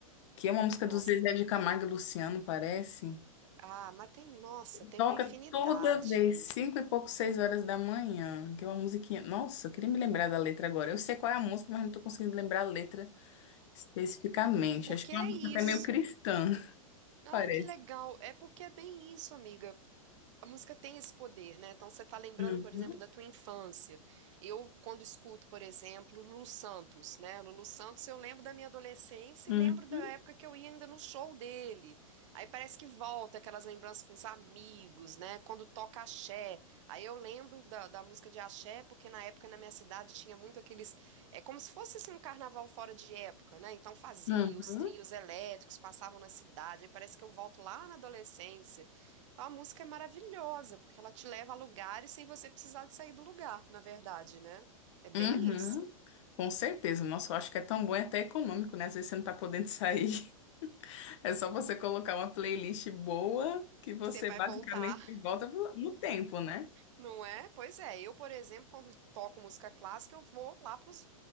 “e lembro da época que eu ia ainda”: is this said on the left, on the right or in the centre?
Right